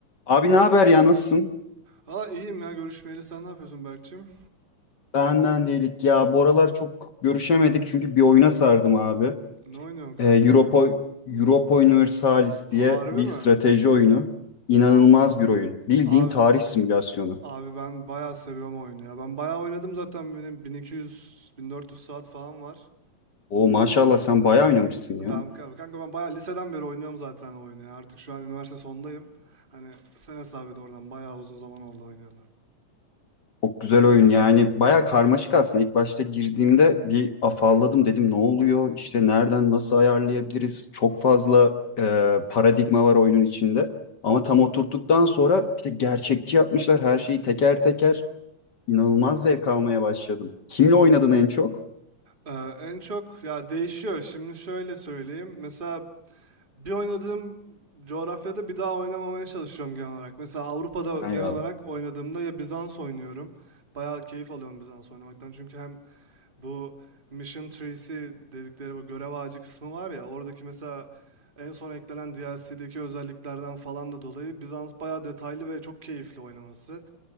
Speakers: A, on the left; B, on the right.
A: Abi ne haber ya nasılsın?
B: Hala iyiyim ya görüşmeyeli. Sen ne yapıyorsun Berkçim?
A: Benden değilik ya. Bu aralar çok görüşemedik çünkü bir oyuna sardım abi.
B: Ne oynuyorsun kanka
A: Ee, Europa,
B: ya?
A: Europa Universalis
B: Harbi
A: diye bir
B: mi?
A: strateji oyunu. İnanılmaz bir oyun. Bildiğin
B: Abi,
A: tarih simülasyonu.
B: abi ben bayağı seviyorum oyunu ya. Ben bayağı oynadım zaten benim 1200-1400 saat falan var.
A: O maşallah sen bayağı oynamışsın
B: Ben
A: ya.
B: kanka ben bayağı liseden beri oynuyorum zaten o oyunu ya. Artık şu an üniversite sondayım. Hani sen hesap et oradan bayağı uzun zaman oldu oynayalı.
A: Çok güzel oyun yani baya karmaşık aslında ilk başta girdiğimde bir afalladım dedim ne oluyor işte nereden nasıl ayarlayabiliriz çok fazla e, paradigma var oyunun içinde ama tam oturttuktan sonra bir de gerçekçi yapmışlar her şeyi teker teker inanılmaz zevk almaya başladım. Kimle oynadın en çok?
B: Ee, en çok ya değişiyor. Şimdi şöyle söyleyeyim. Mesela bir oynadığım coğrafyada bir daha oynamamaya çalışıyorum genel olarak. Mesela Avrupa'da
A: Ha,
B: genel
A: Eyvallah.
B: olarak oynadığımda ya Bizans oynuyorum. Bayağı keyif alıyorum Bizans oynamaktan. Çünkü hem bu Mission Trees'i dedikleri bu görev ağacı kısmı var ya oradaki mesela en son eklenen DLC'deki özelliklerden falan da dolayı Bizans bayağı detaylı ve çok keyifli oynaması.